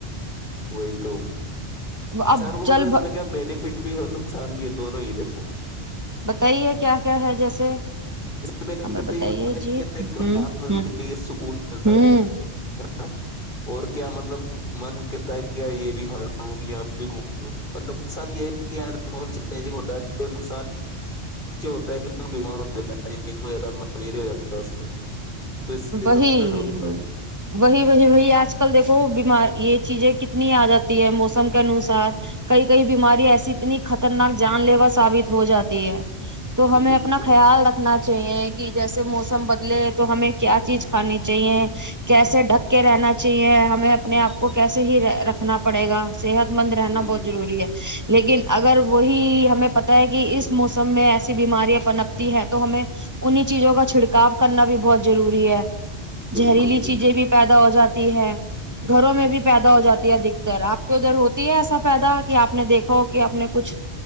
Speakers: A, on the left (about 50°); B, on the right (about 15°).
A: وہی تو انسان
B: اب
A: کو
B: جل
A: مطلب اس میں کیا بینیفٹ بھی ہے نقصان بھی ہے دونوں ہی دیکھو
B: بتائیے کیا کیا ہے جیسے
A: اسینیٹ
B: ہمیں بتائیے
A: تو یہ
B: جی
A: راحت
B: ہ
A: ملتی
B: ہ
A: ہے سکون ملتا
B: ہ
A: ہے <unintelligible> اور کیا مطلب من کہتا ہے کہ ی یہ بھی کھا لوں یہاں پ بھی گھوم لوں اور نقصان یہ ہے کہار م چینجگ ہوتا ہے تو نقصان یہ ہوتا ہے کہ بیمار <unintelligible> ج ہے ڈینگو ہو جاتا ملیریا ہو جاتا تھا اس کے <unintelligible> سے
B: وہی
A: انسان پریشان ہوتا
B: وہی بی وہی آج کل دیکھو <unintelligible> وہ بیمار <unintelligible> یہ چیزیں کتنی عادت ہے موسم کے انوسار کئی کئی بیماری ایسی اتنی خطرناک جان لیوا سے <unintelligible> ثابت ہو جاتی ہے <unintelligible>
A: ہے
B: تو
A: جی
B: ہمیں
A: بالکل
B: اپنا خیال رکھنا چاہیے کہ جیسے موس بدلے تو ہمیں <unintelligible> کیا چیز کھانی چاہیے کیسے ڈھک کے رہنا چاہیے ہمیں اپنے آپ کو کیسے ہی رکھنا پڑے گا صحت مند رہنا
A: جی جی
B: بہت ضروری ہے لیکن اگر وہی ہمیں پتا ہے کہ اس موسم میں ایسی بیماریاں پنپتی ہیں تو ہمیں انیں چیزوں کا چھڑکاؤ کرنا بھی بہت ضروری ہے <unintelligible> زہریلی
A: بالکل بالکل
B: چیزیں بھی پیدا ہو جاتی ہے <unintelligible> گھروں میں بھی پیدا ہو جاتی ہے ادکتر آپ کے ادھر ہوتی ہے ایسا پیدا کہ آپ نے دیکھا ہو کہ آپ نے کچھ